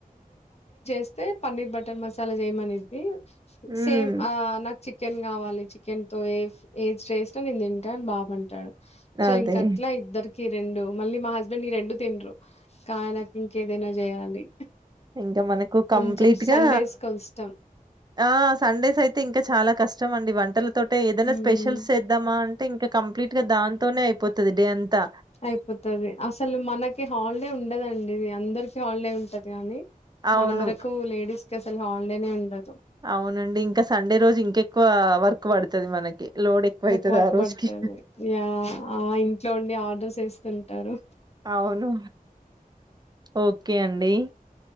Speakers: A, on the left; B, on the right.
A: వస్తే పన్నీర్ బటర్ మసాలా చేయమనేది సేమ్
B: ఉమ్
A: ఆ నాకు చికెన్ కావాలి చికెన్ తో ఏ ఎదిచేసిన నేను తింటా అని బాబంటాడు సో
B: అదే
A: ఇంక అట్లా ఇద్దరికి రెండు మళ్ళీ మా హస్బెండ్ ఈ రెండు తినరు ఇంకా ఆయనకి ఇంకేదైనా చేయాలి
B: ఇంకా మనకు
A: కొంచెం
B: కంప్లీట్
A: సండేస్
B: గా
A: కొంచెం
B: ఆ సండేస్ అయితే ఇంకా చాలా కష్టం అండి వంట లతోటే ఏదైనా
A: హ్మ్
B: స్పెషల్స్ చేద్దామా అంటే ఇంకా కంప్లీట్ గా దాంతోనే పొత్తది డే అంతా
A: అయిపోతుది అసలు మనకి హాలిడే ఉండదండి ఇది అందరికి హాలిడే ఉంటది కాని
B: అవును.
A: మన వరకు లేడీస్ క హాలిడేనే ఉండదు
B: అవునండి ఇంకా సండే రోజు ఇంకెక్కువ వర్క్ పడుతుంది ది మనకి లోడ్ ఎక్కువైతది
A: ఎక్కువరకు
B: ఆ రోజుకి.
A: పడుతది ఇ ఆ ఇంట్లో ఉండి ఆర్డర్స్ వేస్తుంటారు
B: అవును. ఓకే అండి.